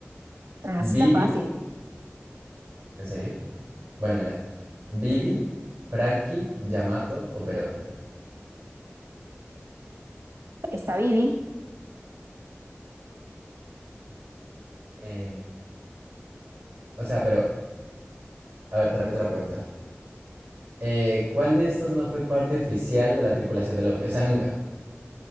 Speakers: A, on the right; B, on the right.
A: Ah, sí
B: ¿Bibi?
A: está fácil.
B: ¿En serio? Bueno, mira. Vivi, Frankie, Yamato o Perona.
A: Está Vivi.
B: Eh, o sea, pero, a ver, te repito la pregunta. Eh, ¿cuál de estos no fue parte oficial de la tripulación de Luffy? O sea, nunca.